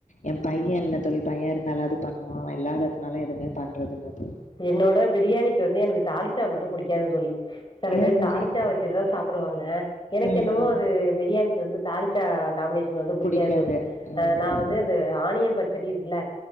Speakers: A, on the left; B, on the left.
A: எ பைய இல்ல தோழி பைய இருந்தாலாது பண்ணுவே அவ இல்லாததுனால எதுமே பண்றது இல்ல தோ
B: என்னோட பிரியாணி இது என்ன எனக்கு தாலி சா மட்டு புடிகாது தோழி செல
A: ஏன்
B: பேர்
A: தோழி?
B: தாளிச்சா வச்சுட்டு தா சாப்டுவாங்க எனக்கு
A: ம்,
B: என்னவோ
A: ம்.
B: அது பிரியா ணிக்கு வந்து தாலிச்சா காம்பினேஷன் வந்து பிடிக்காது
A: புடிக்காது.
B: தோழி
A: ம்.
B: ஆ நா வந்து அந்த ஆனியன் ப செடி இருக்குல